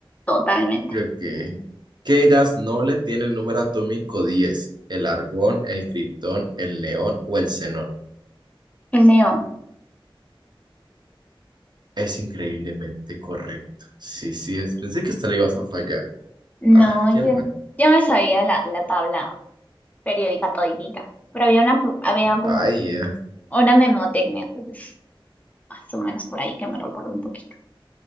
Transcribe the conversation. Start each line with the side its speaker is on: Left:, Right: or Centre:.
Left: totalmente.
Right: Ok. ¿Qué gas noble tiene el número atómico 10? ¿El argón, el criptón, el neón o el xenón?
Left: El león.
Right: Es increíblemente correcto. Sí, sí, es. Pensé que hasta le ibas a fallar.
Left: No,
Right: Ah, qué
Left: yo,
Right: mal.
Left: yo me sabía la, la tabla periódica toditita. Pero había una, pu- había como
Right: Vaya,
Left: una memotecnia, entonces más o menos por ahí que me recuerdo un poquito.